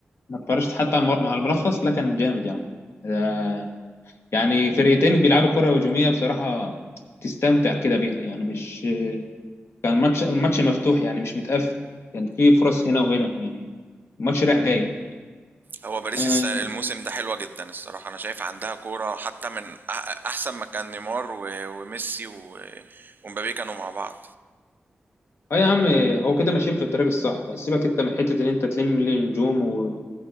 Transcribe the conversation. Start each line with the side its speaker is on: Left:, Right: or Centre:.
Left: ما اتفرجت حتى على المر- مع الملخص لا كان جامد يعني ده- يعني فرقتين بيلعبوا كره هجوميه بصراحه تستمتع كده بيها يعني مش كان ماتش الماتش مفتوح يعني مش متقفل كان في فرص هنا وهنا يعني الماتش رايح جاي
Right: هو باريس
Left: آه
Right: الس الموسم ده حلوة جدًا الصراحة، أنا شايف عندها كورة حتّى من أح أحسن ما كان نيمار و وميسي و ومبابي كانوا مع بعض.
Left: اه يا عم هو كده ماشيين في الطريق الصح سيبك انت من حته ان انت تلم لي نجوم و-